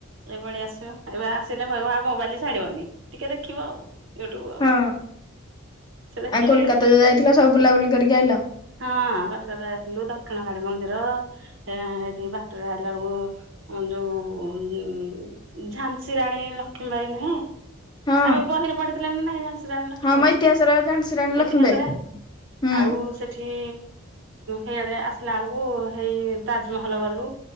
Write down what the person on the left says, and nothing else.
ହଁ
ଆଉ କୋଲକାତା
ଯ ଯାଇଥିଲ ସବୁ ବୁଲାବୁଲି କରିକି ଆଇଲ
ହଁ
ହଁ
ମ ଇତିହାସର ଝାନ୍ସୀ ରାଣୀ ଲକ୍ଷ୍ମୀବାଇ
ହୁଁ